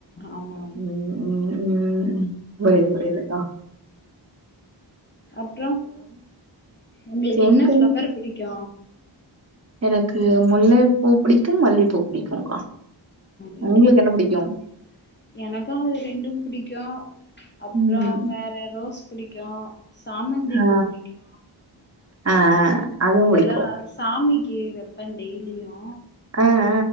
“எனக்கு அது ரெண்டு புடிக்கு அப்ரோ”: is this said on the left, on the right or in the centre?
Left